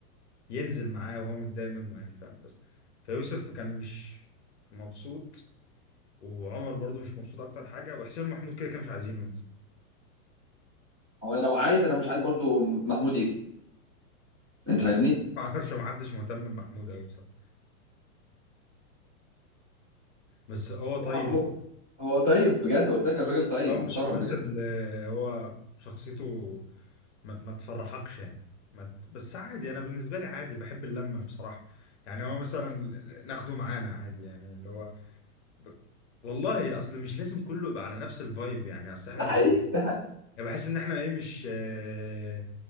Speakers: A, on the left; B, in the centre.
A: ينزل معاه وهو متضايق منه يعني فاهم بس فيوسف كان مش مبسوط وعمر برضو مش مبسوط اكتر حاجه وحسين ومحمود كده كانوا مش عايزينه ينزل
B: هو لو عايز انا مش عايز برضو محمود يجي انت
A: <laughs>
B: فاهمني
A: ما اعرفش ما حدش مهتم بمحمود قوي بصراحه بس هو طيب
B: هو محمود هو طيب بجد قلت لك الراجل طيب
A: هو
B: محترم
A: مش مناسب
B: بجد
A: ل- هو شخصيته ما, ما تفرحكش يعني ما ت... بس عادي انا بالنسبه لي عادي بحب اللمه بصراحه يعني هو مثلا ناخده معانا عادي يعني اللي هو ب... والله اصل مش لازم كله يبقى على نفس الفايب يعني اصل احنا
B: ده حقيقي
A: مش
B: ده, حقيقي،
A: يعني بحس ان احنا ايه مش آه،